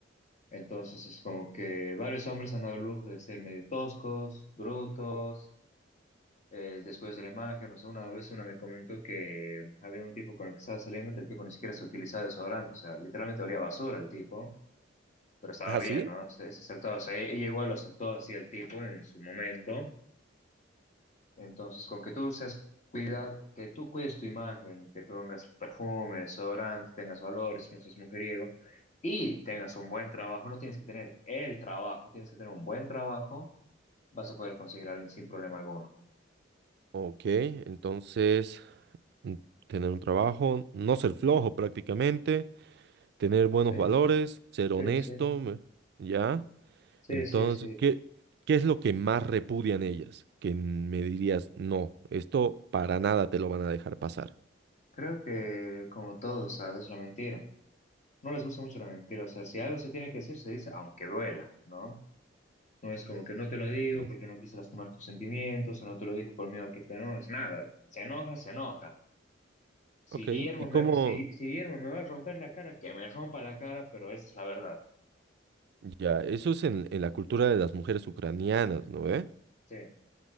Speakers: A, on the left (about 40°); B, on the right (about 60°).
A: Entonces es como que varios hombres han dado el lujo de ser medio toscos, brutos, eh, después de la imagen, o sea, una vez una me comentó que había un tipo con el que estaba saliendo que el tipo ni siquiera se utilizaba desodorante, o sea, literalmente olía a basura el tipo, pero estaba
B: ¿Ah,
A: bien,
B: sí?
A: ¿no? Se, se aceptaba, o sea, e- ella igual lo aceptó así el tipo en su momento. Entonces, con que tú seas, cuida, que tú cuides tu imagen, te pongas perfume, desodorante, tengas valores, no seas mujeriego y tengas un buen trabajo, no tienes que tener el trabajo, tienes que tener un buen trabajo, vas a poder conseguir a alguien sin problema alguno.
B: Ok, entonces, mm, tener un trabajo, no ser flojo prácticamente, tener buenos
A: Sí,
B: valores, ser
A: sí,
B: honesto,
A: sí.
B: me- ¿ya?
A: Sí,
B: Entonces,
A: sí, sí.
B: ¿qué, qué es lo que más repudian ellas? Que me dirías, no, esto para nada te lo van a dejar pasar.
A: Creo que como todos, ¿sabes? La mentira. No les gusta mucho la mentira. O sea, si algo se tiene que decir, se dice, aunque duela, ¿no? No es como que no te lo digo
B: Ya.
A: porque no quise lastimar tus sentimientos, o no te lo dije por miedo a que te enojes, nada. Se enoja, se enoja. Si
B: Ok,
A: Guillermo
B: ¿y
A: me,
B: cómo?
A: si, si Guillermo me va a romper la cara, que me rompa la cara, pero esa es la verdad.
B: Ya, eso es en, en la cultura de las mujeres ucranianas, ¿no ve?
A: Sí,